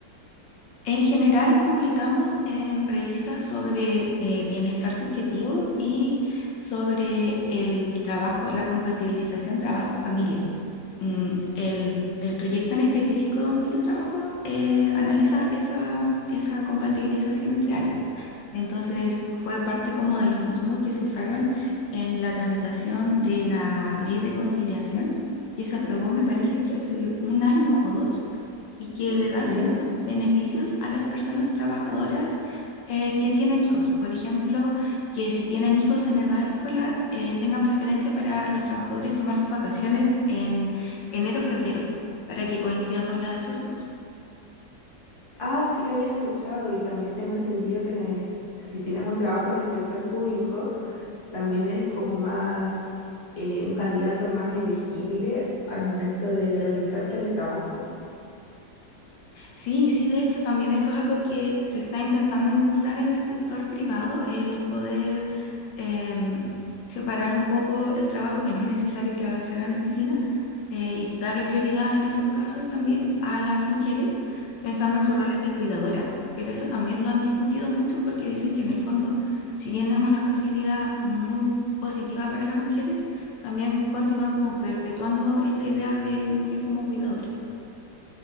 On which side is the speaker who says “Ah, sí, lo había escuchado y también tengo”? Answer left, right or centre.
Left